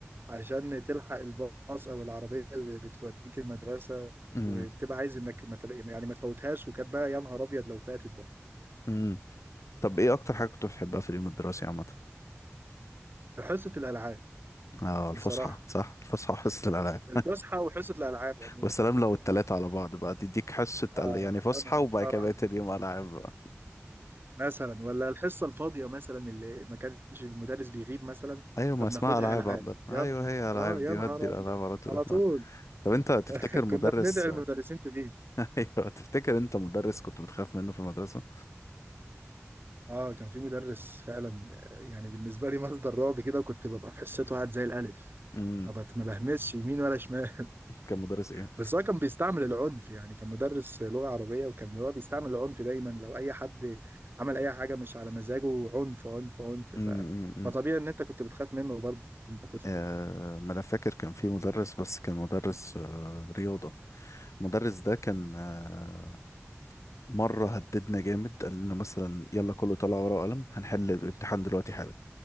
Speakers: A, on the right; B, on the left.
A: عشان تلحق الباص او العربيه اللي بتوديك المدرسه
B: امم
A: وبتبقى عايز انك ما تل... يعني ما تفوتهاش وكانت بقى يا نهار ابيض لو فاتت بقى
B: امم طب ايه اكتر حاجة كنت بتحبها في اليوم الدراسي عامة
A: حصه الالعاب
B: اه
A: بصراحه
B: الفسحة صح الفسحة وحصة الألعاب
A: الفسحه وحصه الالعاب عموما
B: والسلام لو التلاتة على بعض بقى تديك حصة
A: اه
B: ال- يعني فسحة
A: يا نهار
B: وبعد كده بقيت
A: ابيض
B: اليوم ألعاب بقى
A: مثلا ولا الحصه الفاضيه مثلا اللي ما كانش المدرس بيغيب مثلا
B: أيوة ما
A: فبناخدها
B: اسمها ألعاب
A: العاب
B: عندنا أيوة
A: يا نهار
B: هي ألعاب
A: اه
B: دي
A: يا نهار
B: ودي الألعاب
A: ابيض
B: على طول
A: على طول
B: آه. طب أنت تفتكر
A: <laughs>
B: مدرس
A: كنا بندعي المدرسين
B: <laughs>
A: تغيب
B: أيوة تفتكر أنت مدرس كنت بتخاف منه في المدرسة؟
A: اه كان في مدرس فعلا آه، يعني بالنسبه لي مصدر رعب كده وكنت ببقى في حصته قاعد زي الالف
B: امم
A: ما بت- ما بهمسش يمين ولا شمال
B: كان مدرس
A: <laughs>
B: إيه؟
A: بس هو كان بيستعمل العنف يعني كان مدرس لغة عربية وكان هو بيستعمل العنف دايما لو أي حد عمل أي حاجة مش على مزاجه عنف عنف عنف
B: امم
A: ف...
B: امم أمم.
A: فطبيعي إن أنت كنت بتخاف منه برضه وأنت طفل
B: آه
A: يعني
B: ما أنا فاكر كان في مدرس بس كان مدرس آه رياضة المدرس ده كان آه، مرة هددنا جامد قال لنا مثلا يلا كله طلع ورقة وقلم هنحل الامتحان دلوقتي حالا